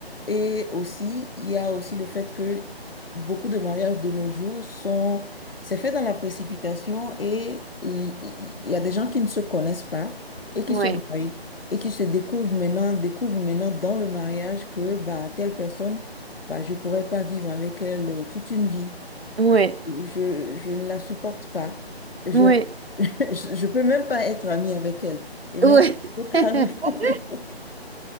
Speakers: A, on the left (about 60°); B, on the right (about 75°).
A: Et aussi, il y a aussi le fait que beaucoup de mariages de nos jours sont, c'est fait dans la précipitation et l- il y a des gens qui ne se connaissent pas et qui
B: Ouais.
A: se marient et qui se découvrent maintenant, découvrent maintenant dans le mariage que bah, telle personne, bah, je ne pourrais pas vivre avec elle euh, toute une vie.
B: Ouais.
A: Je, je ne la supporte pas. Je
B: Ouais.
A: <laughs> je peux même pas être amie avec elle. Et maintenant,
B: Ouais.
A: il faut, <laughs>
B: <laughs>
A: il faut, il faut-